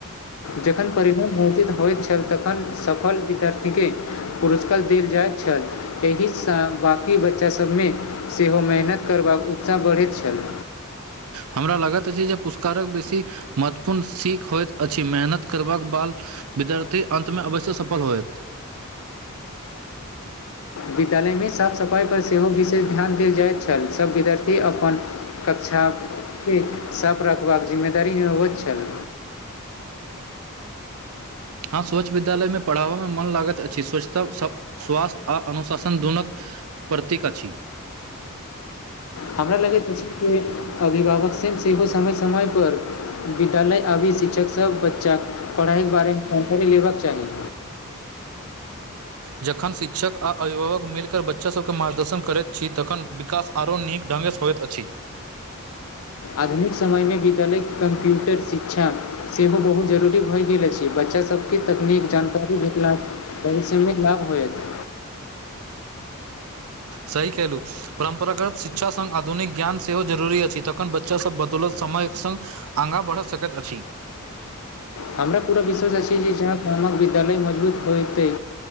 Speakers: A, on the left; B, on the right.
A: जखन परिवजित होइत छल तखन सफल विद्यार्थी के पुरस्कार देल जाइत छल एहिसँ बाँकी बच्चा सभ मे सेहो मेहनत करबाक उत्साह बढ़ैत छल
B: हमरा लागत अछि जे पुरस्कारक बेसी महत्वपूर्ण सीख होइत अछि मेहनत करबाक बाद विद्यार्थी अन्त मे अवश्य सफल होयत
A: विद्यालय मे साफ सफाइ पर सेहो विशेष ध्यान देल जाइत छल सभ विद्यार्थी अपन कक्षा के साफ रखबाक जिम्मेदारी होयत छल
B: हँ स्वच्छ विद्यालय मे पढ़ाबऽ मे मन लागैत अछि स्वच्छता सभ स्वास्थ्य आ अनुशासन दोनक प्रतीक अछि
A: हमरा लगैत अछि जे अभिभावक सभ सेहो समय समय पर विद्यालय आभी शिक्षक सभ बच्चाके पढ़ाइके बारे मे जानकारी लेबक चाही
B: जखन शिक्षक आ अभिभावक मिलकरऽ बच्चा सभके मार्गदर्शन करैत छी तखन विकास आरो नीक ढङ्गसँ होइत अछि
A: आधुनिक समय मे विद्यालय कम्प्यूटर शिक्षा सेहो बहुत जरूरी भऽ गेल अछि बच्चा सभकेँ तकनीक जानकारी भेटला परिश्रमिक लाभ होएत
B: सही केहलू परम्परागत शिक्षा संग आधुनिक ज्ञान सेहो जरुरी अछि तखन बच्चा सब बदौलत समायक संग आगा बढ़ऽ सकैत अछि
A: हमरा पूरा विश्वास अछि जे जहा गामक विद्यालय मजबुत होयतैय